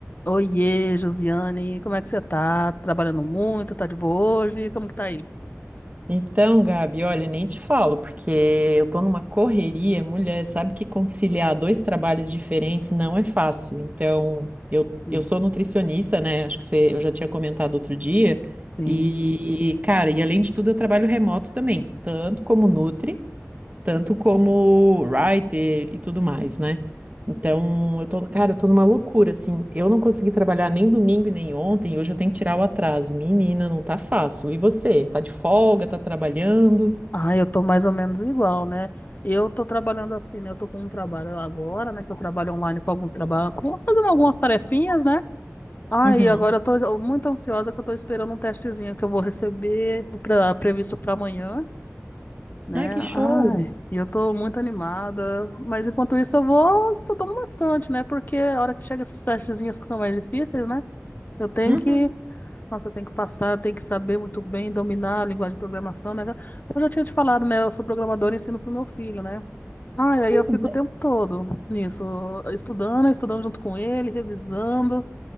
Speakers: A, on the left (about 35°); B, on the right (about 30°).
A: Oiê, Josiane, como é que você tá? Trabalhando muito, tá de boa hoje? Como que tá aí?
B: Então, Gabi, olha, nem te falo, porque eu tô numa correria, mulher, sabe que conciliar dois trabalhos diferentes não é fácil. Então, eu,
A: Uhum,
B: eu sou nutricionista, né? Acho que você, eu já tinha comentado outro dia.
A: Sim.
B: E, cara, e além de tudo, eu trabalho remoto também, tanto como nutri tanto como writer e tudo mais, né? Então, eu tô, cara, eu tô numa loucura, assim. Eu não consegui trabalhar nem domingo e nem ontem, e hoje eu tenho que tirar o atraso. Menina, não tá fácil. E você? Tá de folga, tá trabalhando?
A: Ah, eu tô mais ou menos igual, né? Eu tô trabalhando assim, né? Eu tô com um trabalho agora, né? Que eu trabalho online com alguns trabalhos, com- fazendo algumas tarefinhas, né? Aí
B: Uhum.
A: agora eu tô muito ansiosa que eu tô esperando um testezinho que eu vou receber pra, previsto para amanhã, né?
B: Ai, que show!
A: Ai, e eu tô muito animada. Mas enquanto isso eu vou estudando bastante, né? Porque a hora que chega esses testezinhos que são mais difíceis, né? Eu tenho
B: Uhum.
A: que, nossa, eu tenho que passar, eu tenho que saber muito bem, dominar a linguagem de programação, né? Eu já tinha te falado, né? Eu sou programadora e ensino pro meu filho, né? Ah, e aí eu fico
B: Pois é.
A: o tempo todo nisso, estudando, estudando junto com ele, revisando,